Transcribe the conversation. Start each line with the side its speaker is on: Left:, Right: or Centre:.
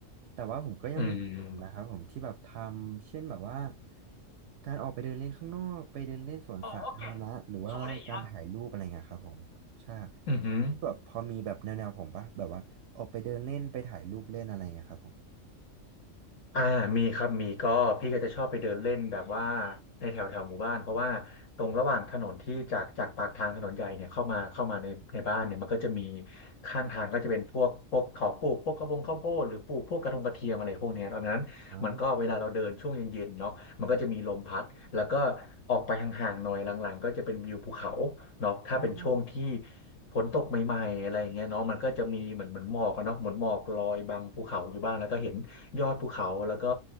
Right: แต่ว่าผมก็ยังมีอย่างอื่นนะครับผมที่แบบทำเช่นแบบว่า
Left: อืม
Right: การออกไปเดินเล่นข้างนอกไปเดินเล่นสวนสาธารณะหรือว่าการถ่ายรูปอะไรเงี้ยครับผมใช่
Left: 어어깨소리야อือหือ
Right: แบบพอมีแบบแนวๆผมปะแบบว่าออกไปเดินเล่นไปถ่ายรูปเล่นอะไรเงี้ยครับผม
Left: อ่ามีครับมีก็พี่ก็จะชอบไปเดินเล่นแบบว่าในแถวแถวหมู่บ้านเพราะว่าตรงระหว่างถนนที่จากจากปากทางถนนใหญ่เนี่ยเข้ามาเข้ามาในในบ้านเนี่ยมันก็จะมีข้างทางก็จะเป็นพวกพวกเขาปลูกพวกกระบงข้าวโพดหรือปลูกพวกกระทงกระเทียมอะไรพวกเนี้ยดังนั้น
Right: อ่
Left: มันก็เวลาเราเดินช่วงเย็นๆเนาะมันก็จะมีลมพัดแล้วก็ออกไปห่างๆหน่อยหลังๆก็จะเป็นวิวภูเขาเนาะถ้าเป็นช่วงที่
Right: า
Left: ฝนตกใหม่ๆอะไรอย่างเงี้ยเนาะมันก็จะมีเหมือนเหมือนหมอกอะเนาะเหมือนหมอกลอยบังภูเขาอยู่บ้างแล้วก็เห็นยอดภูเขาแล้วก็